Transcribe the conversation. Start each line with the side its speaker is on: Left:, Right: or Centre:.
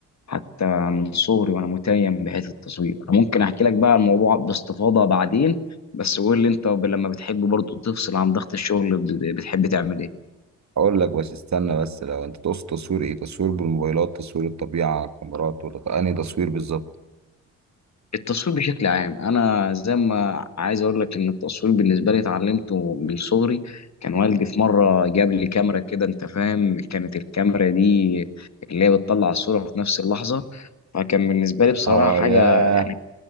Left: حتى من صغري وأنا متيم بحيث التصوير أنا ممكن أحكي لك بقى الموضوع باستفاضة بعدين بس قول لي أنت لما بتحب برضه تفصل عن ضغط الشغل بتحب تعمل إيه
Right: اقول لك بس استنى بس لو انت تقصد تصوير ايه تصوير بالموبايلات تصوير الطبيعة كاميرات ولا انهي تصوير بالظبط
Left: التصوير بشكل عام انا زي ما عايز اقول لك ان التصوير بالنسبه لي اتعلمته من صغري كان والدي في مره جاب لي كاميرا كده انت فاهم كانت الكاميرا دي اللي هي بتطلع الصوره في نفس اللحظه فكان بالنسبه لي بصراحه
Right: اه
Left: حاجه
Right: ياه
Left: يعني